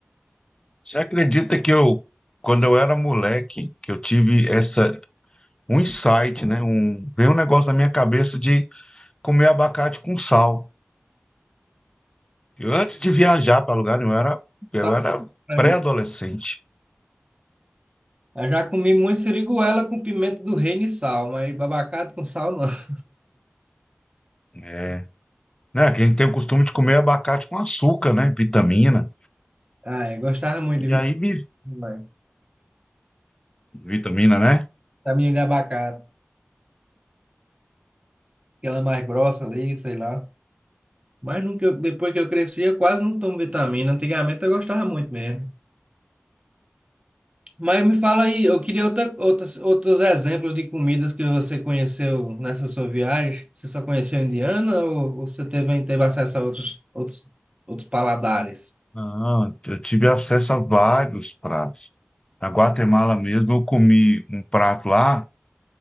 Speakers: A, on the left; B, on the right.
A: Você acredita que eu, quando eu era moleque, que eu tive essa, um insight, né? Um, veio um negócio na minha cabeça de comer abacate com sal. Eu, antes de viajar para lugar nenhum, eu era, eu
B: Tá?
A: era
B: Pra
A: pré-adolescente,
B: mim. Eu já comi muito siriguela com pimenta do reino e sal, mas babacate com sal não. <laughs>
A: é, né? Que a gente tem o costume de comer abacate com açúcar, né? Vitamina.
B: Ah, eu gostava muito
A: E
B: de
A: aí me...
B: vitamina
A: Vitamina, né?
B: Vitamina de abacate, aquela mais grossa ali, sei lá. Mas nunca, eu- depois que eu cresci, eu quase não tomo vitamina. Antigamente eu gostava muito mesmo. Mas me fala aí, eu queria outra, outras, outros exemplos de comidas que você conheceu nessa sua viagem. Você só conheceu indiana ou ou você teve, teve acesso a outros, outros, outros paladares?
A: Ah, eu tive acesso a vários pratos. Na Guatemala mesmo, eu comi um prato lá